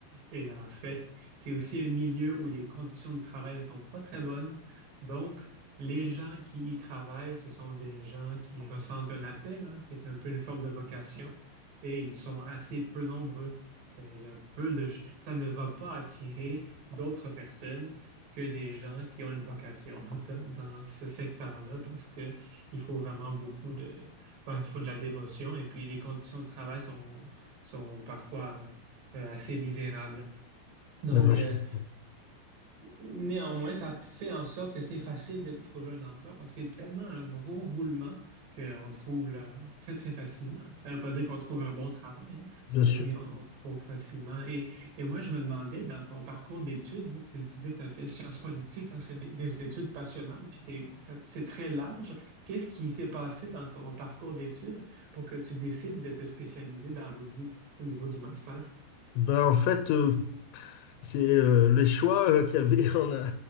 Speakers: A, on the right; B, on the left.
A: Et en fait, c'est aussi un milieu où les conditions de travail ne sont pas très bonnes. Donc, les gens qui y travaillent, ce sont des gens qui ressentent un appel, hein. C'est un peu une forme de vocation et ils sont assez peu nombreux. Euh, il y a peu de... ch- Ça ne va pas attirer d'autres personnes que des gens qui ont une vocation <laughs> dans, dans ce secteur-là parce que il faut vraiment beaucoup de... ben, il faut de la dévotion et puis les conditions de travail sont, sont parfois euh, assez misérables. Donc,
B: Non, mais
A: euh,
B: je comprends.
A: néanmoins, ça fait en sorte que c'est facile de trouver un emploi parce qu'il y a tellement un gros roulement qu'on trouve là, très, très facilement. Ça ne veut pas dire qu'on trouve un bon travail, hein,
B: Bien
A: mais
B: sûr.
A: oui, on, on trouve facilement. Et, et moi, je me demandais, dans ton parcours d'études, tu disais que tu as fait sciences politiques, hein, c'est des, des études passionnantes, puis t'es- ça- c'est très large. Qu'est-ce qui s'est passé dans ton parcours d'études pour que tu décides de te spécialiser dans l'audit au niveau du master?
B: Bah, en fait, euh, c'est euh, les choix euh, qu'il y avait <laughs> en, a-